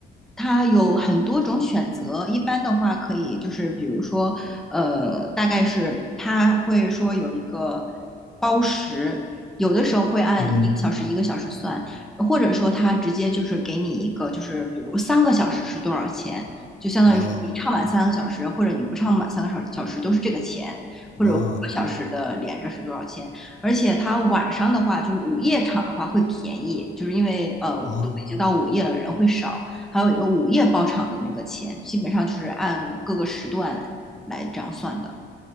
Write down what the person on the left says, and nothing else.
嗯，
啊
啊
啊